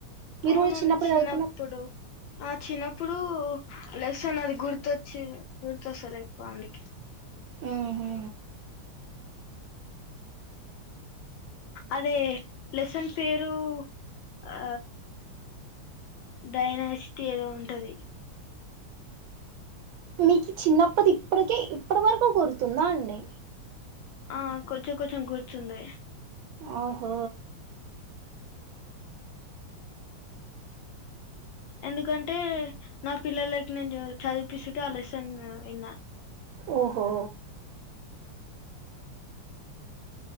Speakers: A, on the right (about 75°); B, on the left (about 75°).
A: మీరు
B: అవునండి
A: కూడా
B: చిన్నప్పుడు
A: చదువుకున్న
B: ఆ చిన్నప్పుడు లెసన్ అది గుర్తొచ్చి గుర్తొస్తంది ఎక్కువ అందుకే
A: ఊహు
B: అదే లెసన్ పేరు ఆ డైనాస్టీ ఏదో ఉంటది
A: మీకు చిన్నప్పది ఇప్పటికే ఇప్పటి వరకు గుర్తుందా అండి
B: ఆ కొంచెం కొంచెం కూర్చుంది
A: ఓహో
B: ఎందుకంటే నా పిల్లలకి నేను చదిపిస్తు ఆ లెస్సన్ విన్నాను
A: ఓహో